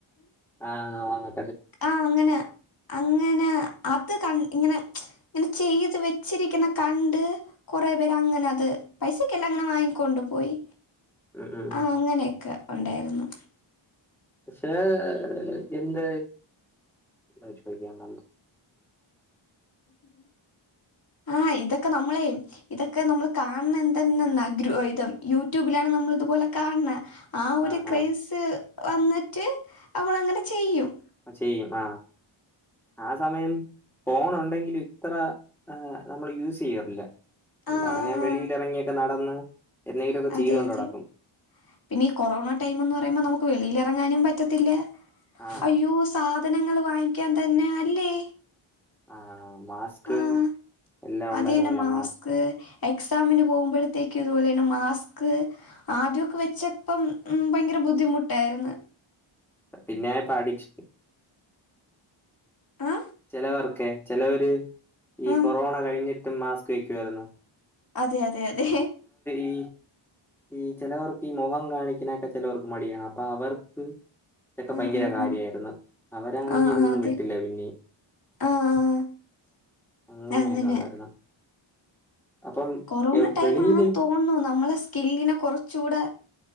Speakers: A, in the centre; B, on the left (about 45°).
A: ആഹ് അ
B: ആഹ്അങ്ങനെ അങ്ങനെ അത് ക ഇങ്ങനെ ഇങ്ങനെചെയ്ത് വെച്ചിരിക്ക്‌ന്നകണ്ട് കുറെ പേര്അങ്ങനെഅത് പൈസക്കെല്ലാം അങ്ങനെവാങ്ങിക്കൊണ്ട്പോയി
A: ഉം ഉം ഉം.
B: ആഹ് അങ്ങനെയൊക്കെ ഉണ്ടായിരുന്നു
A: ക്ഷേ എന്ത്‌ അഹ്ചോയ്ക്യാമറന്നു
B: ആഹ് ഇതൊക്കെന്നമ്മളേ ഇതൊക്കെനമ്മള്കാൺണേ എന്തന്നന്നാ ദ്രുവവൈതം യൂറ്റൂബിലാണ്നമ്മളിതുപോലെകാൺണേ ആ ഒര്
A: ആഹ്
B: ക്രൈസ്
A: ആഹ്.
B: വന്നിട്ട് അവളങ്ങനെചെയ്യും
A: ചെയ്യും ആഹ് ആസമയംഫോൺഉണ്ടെങ്കിലും ഇത്ര നമ്മള് യൂസെയ്യാറില്ല
B: ആഹ്
A: ന്നറഞ്ഞ വെളീലെറങ്ങിട്ട്
B: ആഹ്
A: നടന്ന് എന്തെങ്കിലുമൊക്കെ ചെയ്തോണ്ട്
B: അതെ അതെ
A: നടക്കും.
B: പിന്നെ ഈ കൊറോണടൈമന്ന് പറയുമ്പോ നമുക്ക് വെളിലെറങ്ങാനുംപറ്റത്തില്ല
A: ആഹ്
B: അയ്യോസ് സാധനങ്ങൾ വാങ്ങിക്കാൻ തന്നെ അല്ലേ
A: ആ മാസ്ക്
B: ആഹ്
A: എല്ലാം
B: അത്
A: ഉണ്ടായിരുന്നല്ലോ
B: തന്നെ
A: മാസ്ക്
B: <inaudible> എക്സാമിന് പോകുമ്പോഴത്തേക്ക് ഇതുപോലെ തന്നെ മാസ് ക്ക് ആദ്യമൊക്കെ വെച്ചപ്പം ഉം ഭയങ്കര ബുദ്ധിമുട്ടായിരുന്നു
A: പിന്നെ പഠിച്
B: ആ
A: ചിലവർക്കെ ചിലവര് ഈ
B: ആഹ്
A: കൊറോണ കഴിഞ്ഞിട്ടും മാസ്ക് വയ്ക്കുവായിരുന്നു
B: അതെ അതെ അതെ
A: ഈ ഈ ചിലവർക്ക് ഈ മൊഖം കാണിക്കാനൊക്കെ ചിലവർക്ക് മടിയാണ് അപ്പൊ അവർ ഇതൊക്കെ
B: ആഹ്
A: പയ്യെ
B: ആഹ് ആഹ്
A: കാര്യായിരുന്നു. അവരാണെങ്കിൽ
B: ആഹ്
A: ഇതൊന്നും
B: ആഹ് അതെ
A: വെട്ടില്ല പിന്നെ
B: ആഹ് ആഹ്
A: അങ്ങനെയായിരുന്നു
B: അങ്ങനെ
A: ഉണ്ടായിരുന്നെ അപ്പം
B: കൊറോണ ടൈം
A: വെളിയില്
B: ആണെന്ന് തോന്നുന്നു നമ്മളെ സ്കില്ലിനെ കുറച്ചൂടെ